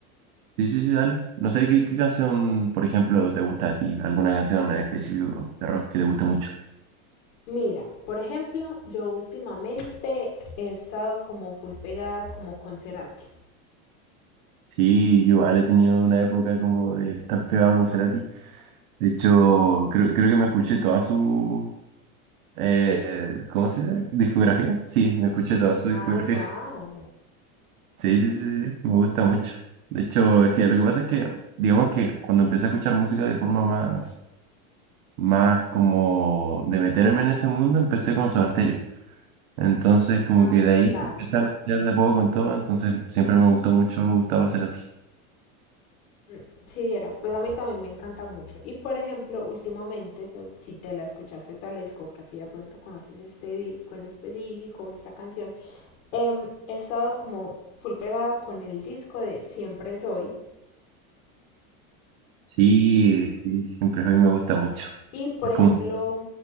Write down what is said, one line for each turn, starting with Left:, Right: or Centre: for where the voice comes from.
Right: Sí, sí, sí, dale. No sé qué, qué canción, por ejemplo, te gusta a ti, alguna canción en específico de rock que te guste mucho.
Left: Mira, por ejemplo, yo últimamente he estado como full pegada como con Cerati.
Right: Sí, yo igual he tenido una época como de estar pegado con Cerati. De hecho, creo, creo que me escuché toda su, eh, ¿cómo se dice? Discografía. Sí, me escuché toda su
Left: Ay,
Right: discografía.
Left: guau.
Right: Sí, sí, sí, sí, me gusta mucho. De hecho, es que lo que pasa es que, digamos que cuando empecé a escuchar música de forma más, más como de meterme en ese mundo, empecé con Soda Stereo. Entonces, como
Left: Ah,
Right: que de ahí
Left: claro.
Right: empecé a mezclar de a poco con todo, entonces siempre me gustó mucho Gustavo Cerati.
Left: Mm, Si vieras, pues a mí también me encanta mucho. Y por ejemplo, últimamente, te- si te la escuchaste toda la discografía, pronto conoces este disco en específico, esta canción. em, he estado como full pegada con el disco de Siempre Soy.
Right: Sí, sí, siempre hoy me gusta mucho.
Left: Y por
Right: Es
Left: ejemplo,
Right: como,